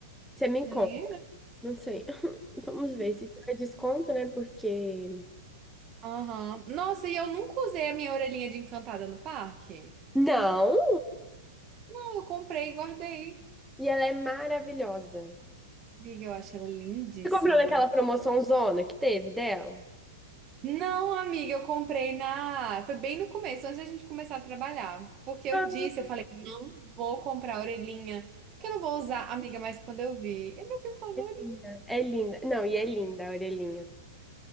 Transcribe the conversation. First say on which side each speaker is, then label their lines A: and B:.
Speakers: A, in the centre; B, on the right.
A: Você me
B: Aí,
A: conta.
B: né?
A: Não sei. <laughs> Vamos ver se tiver desconto, né? Porque.
B: Aham. Nossa, e eu nunca usei a minha orelhinha de encantada no parque.
A: Não!
B: Não, eu comprei e guardei.
A: E ela é maravilhosa.
B: Amiga, eu acho ela lindíssima.
A: Você comprou naquela promoção zona que teve dela?
B: Não, amiga, eu comprei na. Foi bem no começo, antes da gente começar a trabalhar. Porque eu
A: Ah,
B: disse, eu falei, não vou comprar a orelhinha, que eu não vou usar, amiga, mas quando eu vi, é meu filme favorito.
A: é linda. É linda. Não, e é linda a orelhinha.